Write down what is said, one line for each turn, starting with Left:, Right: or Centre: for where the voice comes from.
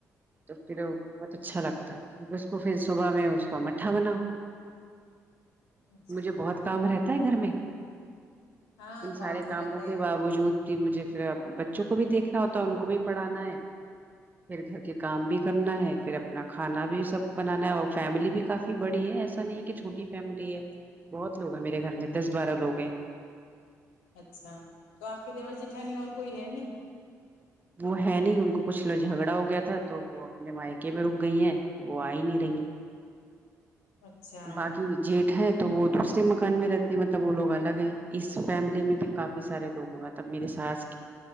Right: تو پھر بہت اچھا لگتا ہے اس کو پھر صبح میں اس کا مٹھا بناؤ
Left: اچھا
Right: مجھے بہت کام رہتا ہے گھر میں
Left: ہاں
Right: ان سارے
Left: کام تو
Right: کاموں
Left: رہتا
Right: کے
Left: ہی ہو۔
Right: باوجود کہ مجھے پھر بچوں کو بھی دیکھنا ہوتا ان کو بھی پڑھانا ہے پھر گھر کے کام بھی کرنا ہے پھر اپنا کھانا بھی سب بنانا ہے اور فیملی بھی کافی بڑی ہے ایسا نہیں ہے کہ چھوٹی فیملی ہے بہت لوگ ہیں میرے گھر میں دس بارہ لوگ ہیں
Left: اچھا تو آپ کے دیور جٹھانی اور کوئی ہے ن
Right: وہ ہے نہیں ان کو کچھ لوگ جھگڑا ہو گیا تھا تو وہ اپنے مائکے میں رک گئی ہیں وہ آ ہی نہیں رہی ہیں
Left: اچھا
Right: باقی جیٹ ہے تو وہ دوسرے مکان میں رہتے ہیں مطلب وہ لوگ الگ ہیں اس فیملی میں بھی کافی سارے لوگ ہیں مطلب میرے ساس